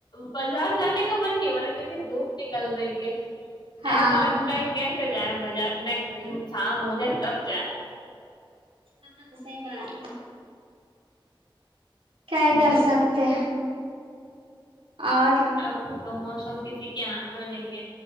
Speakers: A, on the left; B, on the right.
A: بازار جانے کا من نہیں ہو رہا کیونکہ دھوپ نکل رہی ہے
B: ہاں
A: ایسا لگتا ہے کیس ھر جائ بجار میں شام ہو جائے تب جائیں
B: ہاں سحی بات ہے کیا کر
A: دو
B: سکتے اور
A: اب تو موسم کسی کے ہاتھ میں نہیں ہے